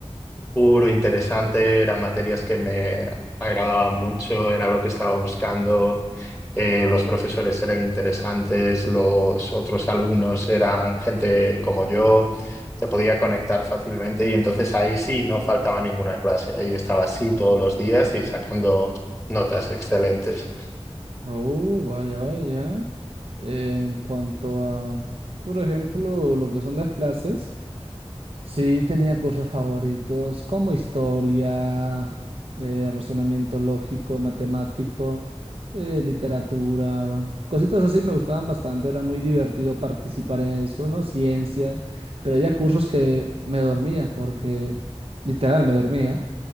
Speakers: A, in the centre; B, on the right.
A: puro interesante, eran materias que me agradaban mucho, era lo que estaba buscando eh, los profesores eran interesantes, los otros alumnos eran gente como yo, te podía conectar fácilmente y entonces ahí sí no faltaba ninguna clase, ahí estaba así todos los días y sacando notas excelentes.
B: oh, vaya, vaya. En cuanto a, por ejemplo, lo que son las clases. Sí, tenía cursos favoritos como historia, eh, razonamiento lógico, matemático, eh, literatura, cositas así me gustaban bastante, era muy divertido participar en eso, ¿no? Ciencias, pero había cursos que me dormía porque, literal, me dormía,